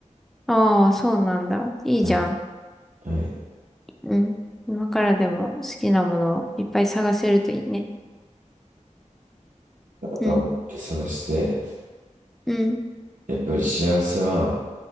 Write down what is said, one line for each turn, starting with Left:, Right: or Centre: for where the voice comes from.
Centre: ああ、そうなんだ。いいじゃん。
Right: うんはい。
Centre: うん。今からでも好きなものをいっぱい探せるといいね。うん。
Right: 頑張って探して、
Centre: うん、
Right: やっぱり幸せは、